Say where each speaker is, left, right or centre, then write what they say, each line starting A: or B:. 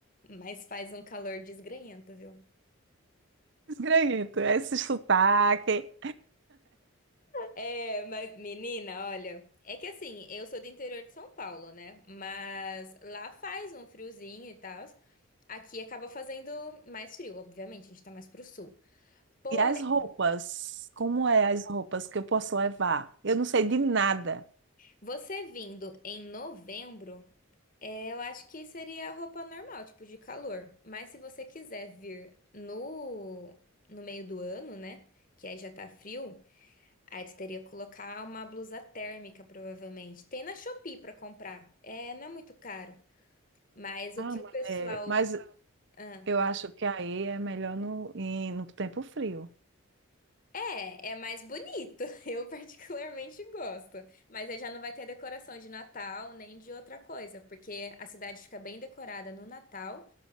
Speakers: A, on the left; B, on the right.
A: Mas faz um calor desgrenhento, viu?
B: esgranhento, esse sotaque.
A: É, é, mas menina, olha. É que assim, eu sou do interior de São Paulo, né? Mas lá faz um friozinho e tal. Aqui acaba fazendo mais frio, obviamente, a gente tá mais pro sul. Porém,
B: E as roupas? Como é as roupas que eu posso levar? Eu não sei de nada.
A: você vindo em novembro. É, eu acho que seria a roupa normal, tipo de calor. Mas se você quiser vir no, no meio do ano, né? Que aí já tá frio, aí tu teria que colocar uma blusa térmica, provavelmente. Tem na Shopee pra comprar. É, não é muito caro. Mas
B: Ah,
A: o que
B: mulher,
A: o pessoal.
B: mas
A: Ah,
B: eu
A: pode...
B: acho que aí é melhor no, ir no tempo frio.
A: É, é mais bonito. <laughs> Eu particularmente gosto. Mas aí já não vai ter decoração de Natal nem de outra coisa, porque a cidade fica bem decorada no Natal.